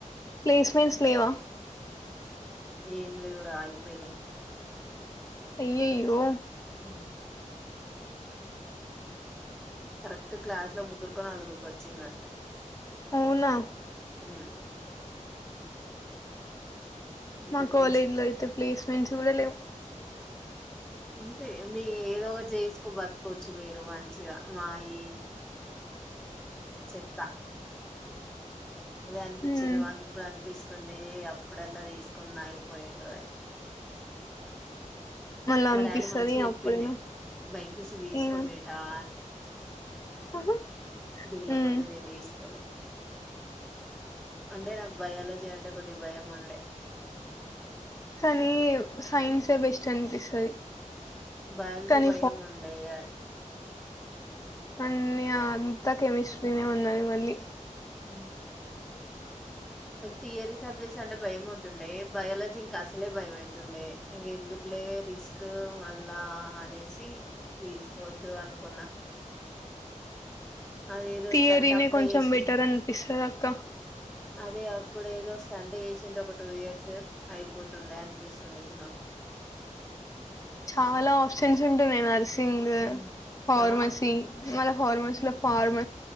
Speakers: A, on the left; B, in the centre.
A: ప్లేస్మెంట్స్ లేవా
B: ఏం లేవురా అయిపోయినాయి
A: అయ్యయ్యో
B: ఉ కరెక్ట్ క్లాస్ లో ముగ్గురుకో నలుగురికో వచ్చింది అంతే
A: అవునా
B: ఉమ్ ఇంతకు
A: మా కాలేజ్
B: మించి
A: లో అయితే ప్లేస్మెంట్స్ చూడలే
B: అంతే మీ ఏదో ఒక చేసుకో బతుకోవచ్చు మీరు మంచిగా మా మా ఈ చెత్త అదే అనిపించింది
A: హ్మ్.
B: మాకు ఇప్పుడు అనిపిస్తుంది వస్తుంది అప్పుడన్న తీసుకున్న అయిపోయిండు అని
A: మళ్ళా
B: మా
A: అనిపిస్తది
B: డాడీ మంచి చెప్పిండే
A: అప్పుడేనా
B: బైపిసి తీసుకోబేటా
A: ఏమో
B: అని
A: ఆహా!
B: దూల
A: హ్మ్.
B: కొొద్దినేను తీసుకోవలే అంటే నాకు భయాలజీ అంటే కొద్దిగా భయం ఉండే
A: కానీ సైన్సే బెస్ట్ అనిపిస్తది
B: బయాలజీ
A: కానీ
B: భయంము ఉండే యా
A: మన్ని అంతా కెమస్ట్రినే ఉన్నాయి మల్లి
B: అ థియరీ సబ్జెక్ట్స్ అంటే భయం అవుతుండే బయాలజీ ఇంకా అసలే భయం అవుతుండే ఇంక ఎందుకులే రిస్క్ మళ్ళా అనేసి తీసుకోవద్దు అనుకున్నా అదేదో
A: థియరీనే
B: స్టంట్ అప్పుడే
A: కొంచెం
B: చేసింది
A: బెటర్ అనిపిస్తాది అక్క
B: అదే అప్పుడు ఏదో స్టండ్ చేసిండు ఒక టూ ఇయర్స్ అయిపోతుండే అనిపిస్తుంది ఇప్పుడు నాకు
A: చాలా ఆప్షన్స్ ఉంటుంది ఎన్ఆర్సి సింగ్
B: ఉమ్.
A: ఫార్మసి
B: ఆ
A: మల్ల హార్మన్స్ లో ఫార్మ